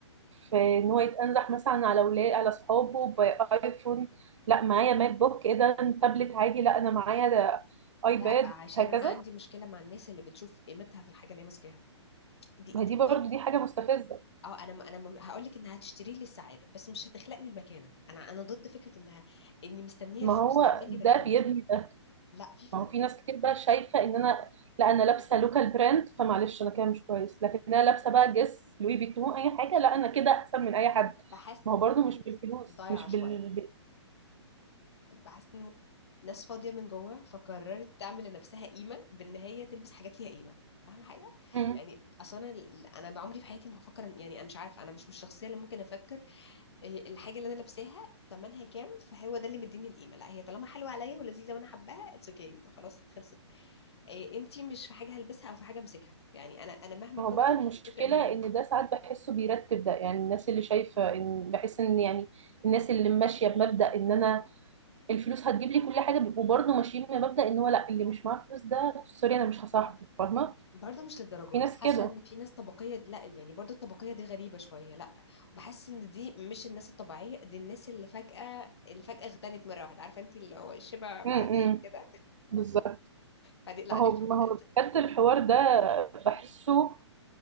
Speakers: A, on the right (about 85°); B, on the left (about 60°).
A: في ان هو يتنزح مثلا على اولاد على اصحابه بايفون لا معايا ماك بوك ايه ده تابلت عادي لا انا معايا ده ايباد
B: لا عشان
A: هكذا
B: انا عندي مشكله مع الناس اللي بتشوف قيمتها في الحاجه اللي هي ماسكاها دي
A: ما
B: دي
A: هي دي برضو دي حاجة مستفزة
B: اه انا م- انا م- هقول لك انها هتشتري لي السعاده بس مش هتخلق لي المكانه انا انا ضد فكره انها اني مستنيه
A: ما
B: الفلوس
A: هو
B: تعمل
A: ده
B: لي مكانه
A: بيبني ده
B: لا في فرق
A: ما هو في ناس كتير بقى شايفة ان انا لا انا لابسة لوكال براند فمعلش انا كده مش كويس لكن انا لابسة بقى جس لوي فيتون اي حاجة لا انا كده احسن من اي حد
B: بحس
A: ما
B: ان
A: هو برضو
B: دي
A: مش
B: ناس
A: بالفلوس
B: ضايعه
A: مش
B: شويه
A: بال ب-
B: بحس ان ناس فاضيه من جوه فقررت تعمل لنفسها قيمه بان هي تلبس حاجات ليها قيمه فاهمه حاجه
A: مم.
B: يعني اصل انا ال- انا بعمري في حياتي ما هفكر إن- يعني انا مش عارفه انا مش مش الشخصيه اللي ممكن افكر إيه الحاجه اللي انا لابساها ثمنها كام فهو ده اللي مديني القيمه لا هي طالما حلوه عليا ولذيذه وانا حباها اتس اوكي okay. خلاص خلصت إيه انتي مش في حاجه هلبسها او في حاجه امسكها يعني انا انا مهما
A: ما
B: كنت
A: هو بقى المشكلة
B: تفرق معايا
A: ان ده ساعات بحسه بيرتب ده يعني الناس اللي شايفة ان بحس ان يعني الناس اللي ماشية بمبدأ ان انا الفلوس هتجيب لي كل حاجة بيبقوا برضو ماشيين بمبدأ ان هو لا اللي مش معاه فلوس ده سوري انا مش هصاحبه فاهمة
B: برضه مش للدرجه
A: في ناس
B: دي حاسه
A: كده
B: ان في ناس طبقيه لا يعني برضه الطبقيه دي غريبه شويه لا بحس ان دي مش الناس الطبيعيه دي الناس اللي فجاه اللي فجاه اغتنت مره واحده عارفه انتي اللي هو الشبع بعد
A: مم.
B: كده
A: بالظبط
B: فدي لا
A: ما
B: دي
A: هو
B: بتبقى-
A: ما هو بجد الحوار ده بحسه